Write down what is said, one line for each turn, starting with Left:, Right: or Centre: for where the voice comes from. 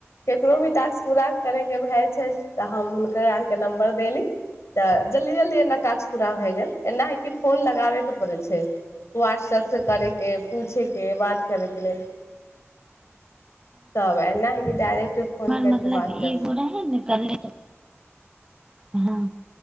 Left: ककरो भी टास्क पूरा करयके भए छै तऽ हम हुनकर आरके नम्बर देली। तऽ जल्दी जल्दी एना कास्ट पूरा भए गेल, एना हइ कि फोन लगाबयके पड़ै छै। व्हाट्सऐपसँ करैके पूछे के बात करे के लेल तब ऐना है कि डायरेक्ट फोन
Right: हां
Left: करके
Right: मतलब
Left: बात
Right: ईगो
Left: कर सक
Right: हो रहे ने करले त हँ।